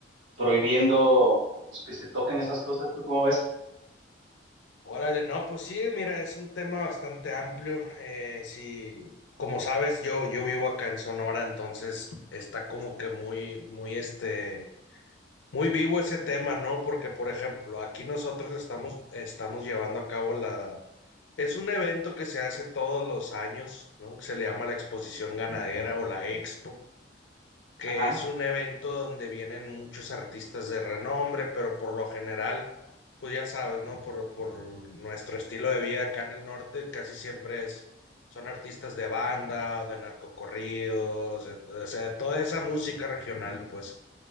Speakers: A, on the right; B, on the left.
A: prohibiendo, pues, que se toquen esas cosas. ¿Tú cómo ves?
B: Órale, no, pues sí, mira, es un tema bastante amplio. eh, sí, como sabes, yo, yo vivo acá en Sonora, entonces está como que muy, muy, este, muy vivo ese tema, ¿no? Porque, por ejemplo, aquí nosotros estamos, estamos llevando a cabo la... Es un evento que se hace todos los años, ¿no? Que se le llama la Exposición Ganadera o la Expo. que
A: Ajá.
B: es un evento donde vienen muchos artistas de renombre, pero por lo general, pues ya sabes, ¿no? Por, por nuestro estilo de vida acá en el norte, casi siempre es, son artistas de banda, o de narcocorridos, de- o sea, de toda esa música regional, pues.